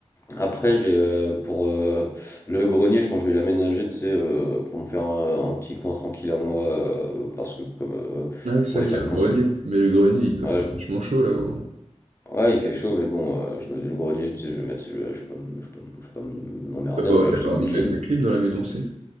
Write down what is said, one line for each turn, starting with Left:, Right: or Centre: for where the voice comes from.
Left: Après, j'ai euh, pour euh, le grenier, je pense que je vais l'aménager, tu sais, euh, pour me faire un, un petit coin tranquille à moi, euh, parce que comme. euh,
Right: Ah oui, c'est
Left: pour
Right: vrai
Left: les
Right: qu'il
Left: vacances,
Right: y a un grenier, mais le grenier, il doit
Left: Ouais,
Right: faire vachement chaud là-haut. hein.
Left: je- ouais, il fait chaud, mais bon, euh, je me le grenier, tu sais, je vais mettre, je, vais je vais pas, me- je vais pas, me- je vais pas me- m'emmerder,
Right: T'as pas,
Left: hein, je
Right: t'as
Left: vais acheter
Right: pas envie
Left: une clim.
Right: de mettre la clim dans la maison si